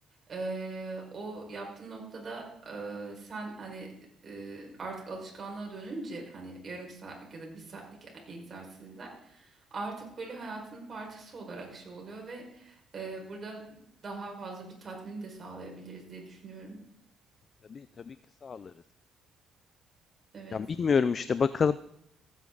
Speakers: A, on the right; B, on the left.
A: Eee, o yaptığın noktada eee, sen hani eee, artık alışkanlığa dönünce hani yarım saatlik ya da bir saatlik e, egzersizler artık böyle hayatının parçası olarak şey oluyor ve eee, burada daha fazla bir tatmini de sağlayabiliriz diye düşünüyorum.
B: Tabii tabii ki sağlarız.
A: Evet.
B: Ya bilmiyorum işte bakalım.